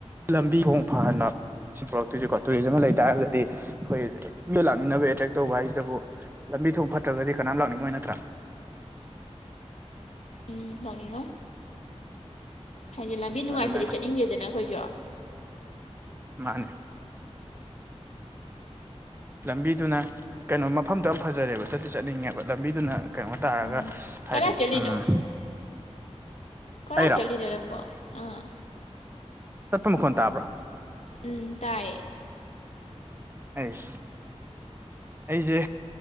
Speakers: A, on the right; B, on the left.
A: ꯂꯝꯕꯤ ꯊꯣꯡ ꯐꯍꯟꯕ ꯁꯤ ꯄꯨꯔꯛꯇꯣꯏꯁꯤꯀꯣ ꯇꯨꯔꯤꯖꯝ ꯑꯃ ꯂꯩ ꯇꯥꯔꯒꯗꯤ ꯑꯩꯈꯣꯏ ꯃꯤꯗꯣ ꯂꯥꯛꯅꯤꯡꯅꯕ ꯑꯦꯇ꯭ꯔꯦꯛ ꯇꯧꯕ ꯍꯥꯏꯁꯤꯇꯕꯨ ꯂꯝꯕꯤ ꯊꯣꯡ ꯐꯠꯇ꯭ꯔꯒꯗꯤ ꯀꯅꯥꯝ ꯂꯥꯛꯅꯤꯡꯉꯣꯏ ꯅꯠꯇ꯭ꯔꯥ
B: ꯎꯝ ꯂꯥꯛꯅꯤꯡꯉꯣꯏ ꯍꯥꯏꯗꯤ ꯂꯝꯕꯤ ꯅꯨꯡꯉꯥꯏꯇꯔꯗꯤ
A: ꯑꯗꯨꯅ
B: ꯆꯠꯅꯤꯡꯗꯦꯗꯅ ꯑꯩꯈꯣꯏꯖꯨ
A: ꯃꯥꯅꯦ ꯂꯝꯕꯤꯗꯨꯅ ꯀꯩꯅꯣ ꯃꯐꯝꯗꯣ ꯌꯥꯝ ꯐꯖꯔꯦꯕ ꯆꯠꯇꯤ ꯆꯠꯅꯤꯡꯉꯦꯕ ꯂꯝꯕꯤꯗꯨꯅ ꯀꯩꯅꯣ ꯇꯥꯔꯒ
B: ꯎꯝ
A: ꯍꯥꯏꯗꯤ
B: ꯀꯗꯥꯏ ꯆꯠꯂꯤꯅꯣ
A: ꯎꯝ
B: ꯀꯔꯥꯏ
A: ꯑꯩꯔꯣ
B: ꯆꯠꯂꯤꯅꫭ ꯅꯪꯕꫭ ꯑꯥ
A: ꯆꯠꯄ ꯃꯈꯣꯟ ꯇꯥꯕ꯭ꯔꯣ
B: ꯎꯝ ꯇꯥꯏꯌꯦ
A: ꯑꯩꯁ ꯑꯩꯖꯦ